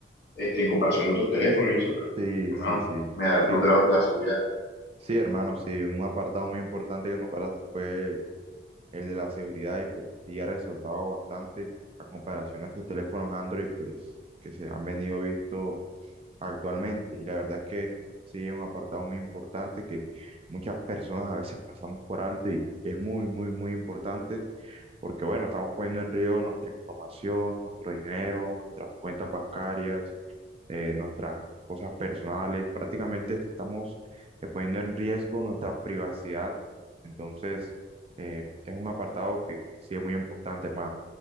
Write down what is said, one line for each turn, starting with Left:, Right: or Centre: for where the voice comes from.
Left: este, en comparación de otros teléfonos y eso, pero
Right: Sí,
Left: hermano,
Right: sí, sí.
Left: me da el
Right: Sí,
Left: plus de la, la seguridad.
Right: sí, hermano, sí, un apartado muy importante que nombraste fue el de la seguridad y pues sí ha resaltado bastante a comparación a estos teléfonos Android pues que se han venido visto actualmente y la verdad es que sí es un apartado muy importante que muchas personas a veces pasamos por alto y es muy muy muy importante porque bueno, estamos poniendo en riesgo nuestra información, nuestro dinero, nuestras cuentas bancarias eh, nuestras cosas personales, prácticamente estamos eh, poniendo en riesgo nuestra privacidad. Entonces, eh, es un apartado que, que sí es muy importante, hermano.